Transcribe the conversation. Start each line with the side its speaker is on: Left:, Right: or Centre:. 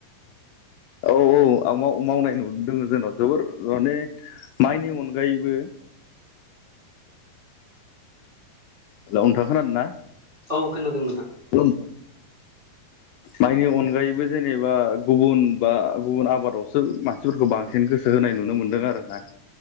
Left: औ औ आ मावनाय नुदोंङजोंनाव जोबोर माने माइनि अनगायैबो
Right: <inaudible>
Left: हेलौ नोंथां खोनादोंना
Right: औ खोनादोंमोन
Left: औ माइनि अनगायैबो जेनेबा गुबुन बा गुबुन आबादावसो मानसिफोरखौ बांसिन गो गोसो होनाय नुनो मोन्दों आरो ना